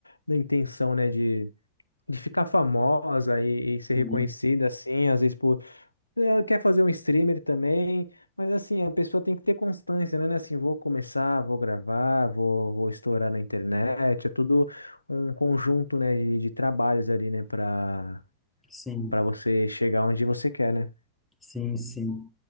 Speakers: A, on the left (about 80°); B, in the centre.
A: na intenção, né? de ficar famosa e, e ser
B: sim,
A: reconhecida assim, às vezes por ela quer fazer um streamer também, mas assim, a pessoa tem que ter constância, né? Não é Assim, vou começar, vou gravar, vou, vou estourar na internet, é tudo um conjunto, né, de, de trabalhos ali, né, para
B: sim,
A: para você chegar onde você quer, né?
B: sim. sim.